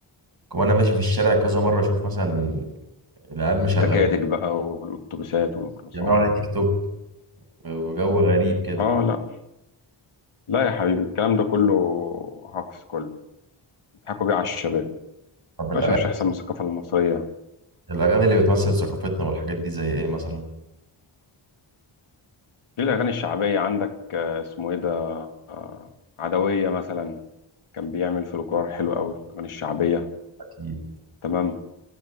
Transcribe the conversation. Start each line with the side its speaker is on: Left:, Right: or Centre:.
Right: وانا ماشي في الشارع كذا مره اشوف مثلا العيال مشغلين
Left: تكاتك بقى والاتوبيسات والميكروباصات
Right: بيعملوا على تيك توك وجو غريب كده
Left: اه لا لا يا حبيبي الكلام ده كله هوكس كله بيضحكوا بيه على الشباب يا
Right: طب الأغاني
Left: باشا ما فيش احسن من الثقافه المصريه
Right: الأغاني اللي بتمثل ثقافتنا والحاجات دي زي إيه مثلا؟
Left: في الأغاني الشعبية عندك آه، اسمه إيه ده آه، عدوية مثلا كان بيعمل فلكلور حلو قوي الأغاني الشعبية
Right: أكيد
Left: تمام